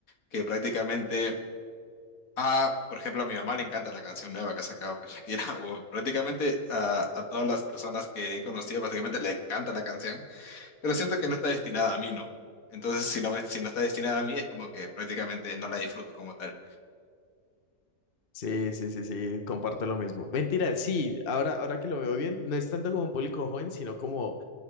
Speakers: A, on the left; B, on the left.
A: que prácticamente a, por ejemplo, a mi mamá le encanta la canción nueva que ha sacado con Shakira, <laughs> o prácticamente a, a todas las personas que he conocido, básicamente le encanta la canción, pero siento que no está destinada a mí, ¿no? Entonces, si no, me- si no está destinada a mí, es como que prácticamente no la disfruto como tal.
B: Sí, sí, sí, sí, comparto lo mismo. Mentira, sí, ahora, ahora que lo veo bien, no es tanto como un público joven, sino como